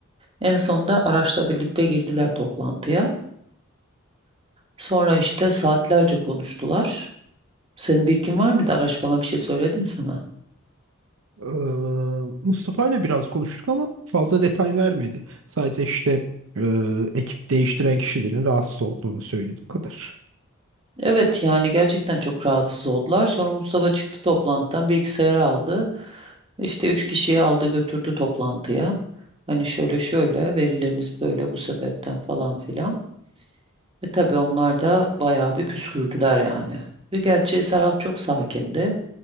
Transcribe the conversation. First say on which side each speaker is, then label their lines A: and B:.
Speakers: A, on the right (about 25°); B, on the right (about 65°).
A: En sonunda araçla birlikte girdiler toplantıya. Sonra işte saatlerce konuştular. Senin bilgin var mıydı? Araç falan bir şey söyledi mi sana?
B: Ee, Mustafa ile biraz konuştuk ama fazla detay vermedi. Sadece işte e, ekip değiştiren kişilerin rahatsız olduğunu söyledi. Bu kadar.
A: Evet yani gerçekten çok rahatsız oldular. Sonra Mustafa çıktı toplantıdan bilgisayarı aldı. İşte üç kişiyi aldı götürdü toplantıya. Hani şöyle şöyle verileriniz böyle bu sebepten falan filan. E tabii onlar da bayağı bir püskürdüler yani. Ve gerçi Serhat çok sakindi.